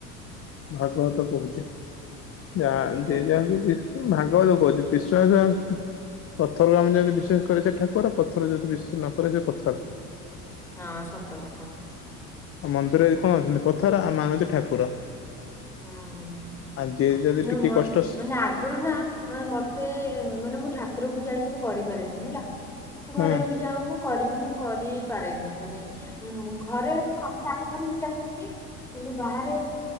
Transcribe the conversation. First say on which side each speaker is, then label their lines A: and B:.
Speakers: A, on the left (about 30°); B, in the centre.
A: ଭାଗବତ କହୁଛ ଯା
B: ହୁଁ
A: ଯ ଯାହାକୁ କି? ଭାଗବ ଲ କହୁଛି ବିଶ୍ୱାସ ପଥରକୁ ଆମେ ଯଦି ବିଶେଷ କରେ ସେ ଠାକୁର ପଥର ଯଦି ବିଶେଷ ନକରେ ସେ ପଥର।
B: ହଁ ସତ କଥା।
A: ଆଉ ମନ୍ଦିରରେ କଣ ଅଛନ୍ତି ପଥର ଆଉ ନାଁ ଅଛି ଠାକୁର।
B: ହୁଁ
A: ଯିଏ ଯଦି
B: ନା
A: ଟିକେ
B: ମ
A: କଷ୍ଟ
B: ମାନେ ଆଗରୁ ନା ମତେ ମାନେ ମୁଁ ଠାକୁ ରକୁ ଯାସ କରିପାରନି ହେଲା
A: ହଁ
B: ଘରେ ବ ଯା ହ ମୁ ମାନେ କରି ପାରେନି ମାନେଁ ଘରେ କଣ ଚା ଚାଛନ୍ତି କିନ୍ତୁ ବା ଆରେ